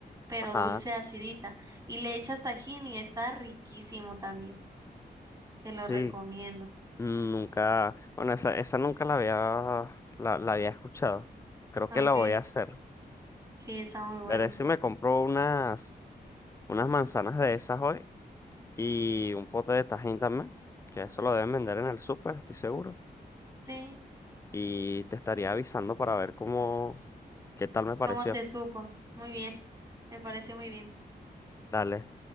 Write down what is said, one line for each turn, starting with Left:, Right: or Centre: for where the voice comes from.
Right: pero
Left: Ajá.
Right: dulce acidita, y le echas tajín y está riquísimo también, te
Left: Sí,
Right: lo recomiendo.
Left: mm, nunca, bueno, esa, esa nunca la había, la, la había escuchado. Creo
Right: Okay,
Left: que la voy a hacer.
Right: sí, está muy bueno.
Left: Veré si me compro unas, unas manzanas de esas hoy y un pote de tajín también, que eso lo deben vender en el súper, estoy seguro.
Right: Sí,
Left: y te estaría avisando para ver cómo, qué tal me pareció.
Right: ¿cómo te supo? Muy bien, me parece muy bien.
Left: Dale,